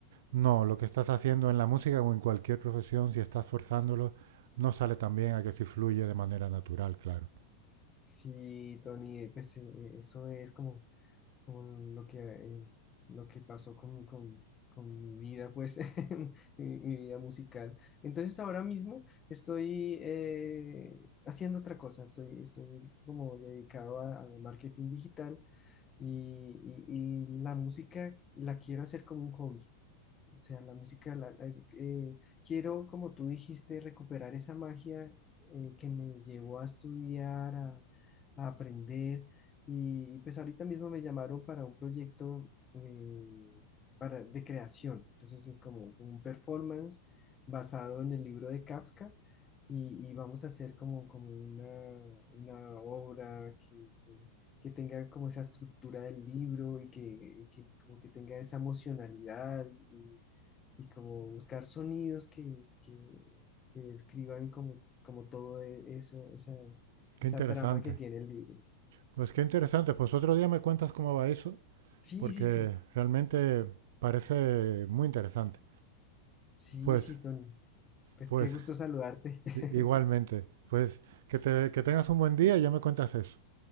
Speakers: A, on the right; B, on the left.
A: no. Lo que estás haciendo en la música o en cualquier profesión, si estás forzándolo, no sale tan bien a que si fluye de manera natural, claro.
B: Sí, Tony, eh, pues eh, eso es como como lo que, eh, lo que pasó con, con, con mi vida, pues, <laughs> mi, mi vida musical. Entonces ahora mismo estoy eh, haciendo otra cosa, estoy, estoy como dedicado a- al marketing digital y, y, y la música la quiero hacer como un hobby. O sea, la música, la- la- eh, quiero, como tú dijiste, recuperar esa magia eh, que me llevó a estudiar, a, a aprender. Y pues ahorita mismo me llamaron para un proyecto eh, para, de creación. Entonces es como un performance basado en el libro de Kafka y, y vamos a hacer como, como una, una obra que, que- que tenga como esa estructura del libro y que, y que como que tenga esa emocionalidad y, y como buscar sonidos que, que, que describan como, como todo e- eso, esa,
A: Qué
B: esa
A: interesante.
B: trama que tiene el libro.
A: Pues qué interesante. Pues otro día me cuentas cómo va eso.
B: Sí,
A: porque
B: sí, sí,
A: realmente parece muy interesante.
B: sí,
A: Pues,
B: sí, Tony. Pues
A: pues,
B: qué gusto saludarte. <laughs>
A: i- igualmente, pues que te- que tengas un buen día y ya me cuentas eso.